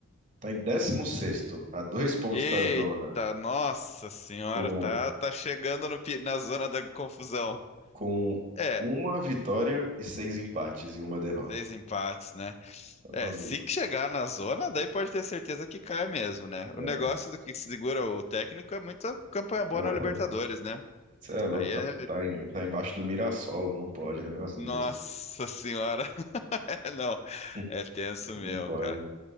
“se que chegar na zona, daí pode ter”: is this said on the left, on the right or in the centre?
Left